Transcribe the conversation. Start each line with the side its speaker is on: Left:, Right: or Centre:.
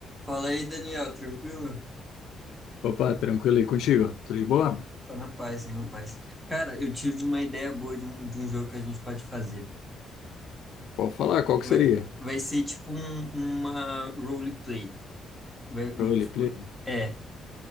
Centre: Fala aí, Daniel, tranquilo?
Left: Opa, tranquilo aí contigo? Tudo de boa? mano?
Centre: Só na paz, só na paz. Cara, eu tive uma ideia boa de um, de um jogo que a gente pode fazer.
Left: Pode falar, qual que
Centre: Vai,
Left: seria?
Centre: vai ser tipo um, uma roleplay. Vai,
Left: Roleplay?
Centre: é,